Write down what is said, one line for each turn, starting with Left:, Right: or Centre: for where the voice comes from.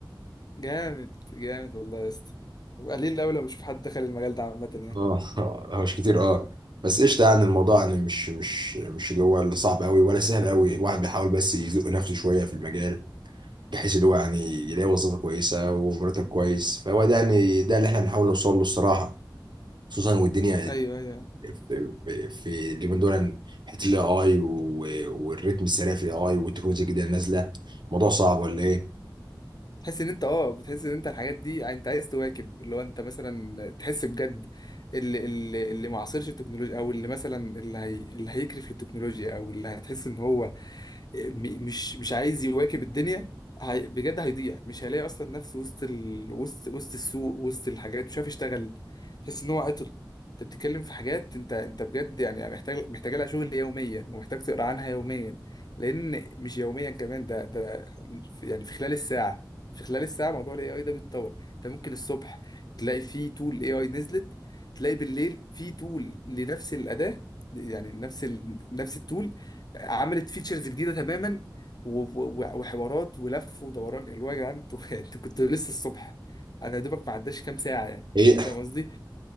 Left: جامد جامد والله يا اسطى وقليل قوي لما بشوف حد دخل المجال ده عامه يعني
Right: اه <laughs> هو مش كتير اه بس قشطه يعني الموضوع يعني مش مش مش اللي هو اللي صعب قوي ولا سهل قوي الواحد بيحاول بس يزق نفسه شويه في المجال بحيث اللي هو يعني يلاقي وظيفه كويسه ومرتب كويس فهو ده يعني ده اللي احنا بنحاول نوصل له الصراحه خصوصا والدنيا
Left: ايوه ايوه
Right: في في في اليومين دول يعني حته الاي اي والريتم السريع في الاي اي والتكنولوجيا الجديده اللي نازله الموضوع صعب ولا ايه؟
Left: تحس ان انت اه بتحس ان انت الحاجات دي يعني انت عايز تواكب اللي هو انت مثلا تحس بجد اللي اللي اللي معاصرش التكنولوجيا او اللي مثلا اللي هي اللي هيكرف للتكنولوجيا او اللي هتحس ان هو م- مش مش عايز يواكب الدنيا هي بجد هيضيع مش هيلاقي اصلا نفسه وسط ال... وسط وسط السوق وسط الحاجات مش عارف يشتغل تحس ان هو عطل انت بتتكلم في حاجات انت انت بجد يعني محتاج محتاج لها شغل يوميا ومحتاج تقرا عنها يوميا لان مش يوميا كمان ده ده في- يعني في خلال الساعه في خلال الساعه موضوع الاي اي ده بيتطور انت ممكن الصبح تلاقي فيه تول اي اي نزلت تلاقي بالليل فيه تول لنفس الاداه يعني نفس ال... نفس التول عملت فيتشرز جديده تماما و- و- و- وحوارات ولف ودوران اللي هو يا جدعان انتوا <laughs> انتوا كنتوا لسه الصبح انا يا دوبك ما عداش كام ساعه يعني
Right: هي
Left: فاهم قصدي؟